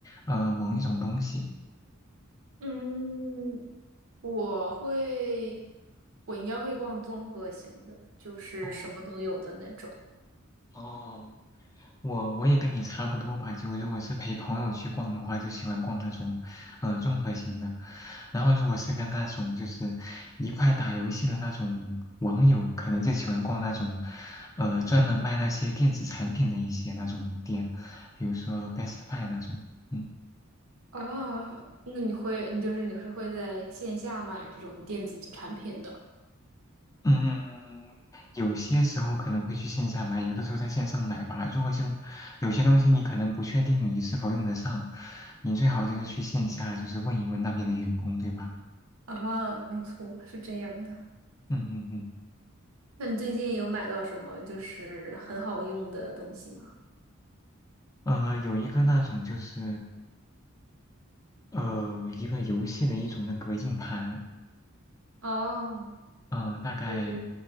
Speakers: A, on the left; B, on the right.
A: 呃，某一种东西？
B: 嗯，我会，我应该会逛综合型的，就是什么都有的那种。
A: 哦哦，我我也跟你差不多吧，就如果是陪朋友去逛的话，就喜欢逛那种呃综合型的，然后如果是跟那种就是一块打游戏的那种网友，可能就喜欢逛那种呃专门卖那些电子产品的一些那种店，比如说 Best Buy 那种，嗯
B: 啊，那你会，你就是你是会在线下买这种电子产品的
A: 嗯嗯，有些时候可能会去线下买，有的时候在线上买吧。如果就有些东西你可能不确定你是否用得上，你最好就是去线下就是问一问那边的员工，对吧？
B: 啊？没错，是这样的。
A: 嗯嗯嗯，
B: 那你最近有买到什么就是很好用的东西吗？
A: 呃，有一个那种就是呃一个游戏的一种那个硬盘，
B: 哦，
A: 呃，大概
B: 是